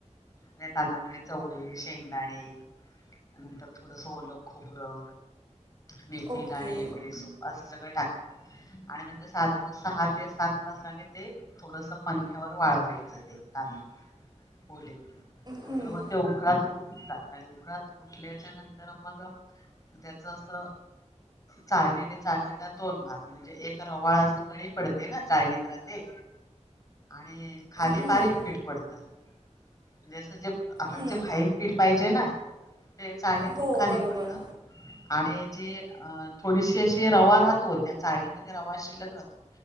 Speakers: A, on the left; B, on the right.
A: म्हणजे चवळे शेंगदाणे नंतर थोडस ओलं खोबरं, मेथी
B: ओके
A: दाणे, बडेसो असं सगळं टाक आणि नंतर साधारण सहा ते सात तासाने ते थोडस पंख्यावर वाळवायचं. <unintelligible> नंतर
B: हं,
A: मग ते उकडात फुटतात आणि उकडात फुठल्याच्या नंतर मग त्याच अस अ चाळणी आणि चाळण्याचा दोन भाग म्हणजे एक तर वाळ असं कमी पडते ना चाळणीत राहते आणि खाली
B: हं,
A: बारीक पीठ पडतं. म्हणजे अस जे आपल्याला
B: हं.
A: जे फाईन पीड पाहिजे ना ते चाळणीतून
B: हो
A: खाली
B: बरोबर
A: पडतं. आणि हेचि अ थोडीशी अशी रवा राहतो त्या चाळनीमध्ये रवा शिल्लक राहतो